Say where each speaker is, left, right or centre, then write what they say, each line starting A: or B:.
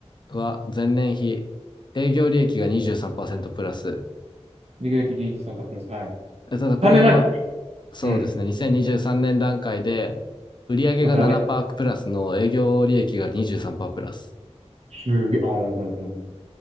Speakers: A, on the left (about 40°); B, on the right (about 65°).
A: は、前年比、営業利益が23%プラス。
B: リグリグリージさんパックです。はい。
A: えただこれが、
B: 3年前だ。
A: そうですね、
B: うん。
A: 2023年段階で、売上が7%
B: と比べ。
A: プラスの営業利益が23%プラス。
B: すげえ。あー、うんうんうん。